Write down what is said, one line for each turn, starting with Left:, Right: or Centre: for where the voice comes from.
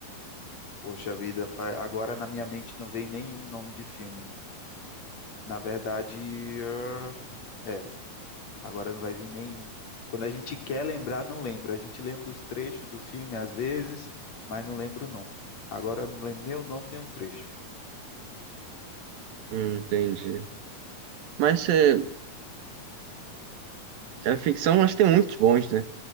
Left: Poxa vida, fa- agora na minha mente não vem nenhum nome de filme. Na verdade, eh, é, agora não vai vir nenhum. Quando a gente quer lembrar, não lembra. A gente lembra os trechos do filme às vezes, mas não lembra o nome. Agora eu não lembro nem o nome, nem o trecho.
Right: Hum, entendi. Mas é, é, a ficção, acho que tem muitos bons, né?